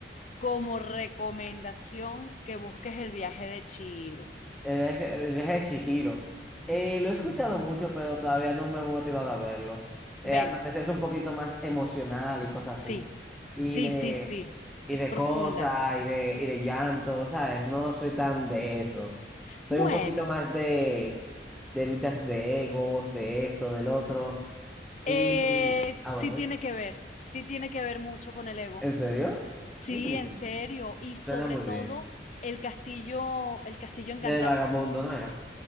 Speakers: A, on the left; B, in the centre.
A: como recomendación que busques el viaje de Chihiro.
B: El viaje, el viaje de Chihiro. Eh,
A: Sí.
B: lo he escuchado mucho, pero todavía no me he motivado a verlo. Eh,
A: Vela,
B: hasta donde sé es un poquito más emocional y cosas
A: sí,
B: así. Y
A: sí,
B: de,
A: sí, sí.
B: y
A: Es
B: de
A: profunda.
B: cosas, y de, y de llanto, ¿sabes? No soy tan de eso. Soy
A: Bueno,
B: un poquito más de, de luchas de egos, de esto, del otro.
A: eh,
B: Y. Ah,
A: sí
B: bueno,
A: tiene
B: ¿eh?
A: que ver, sí tiene que ver mucho con el ego.
B: ¿en serio?
A: Sí,
B: Mm,
A: en serio. Y sobre
B: suena muy
A: todo
B: bien.
A: el castillo, el castillo encantado.
B: Del vagabundo, ¿no era?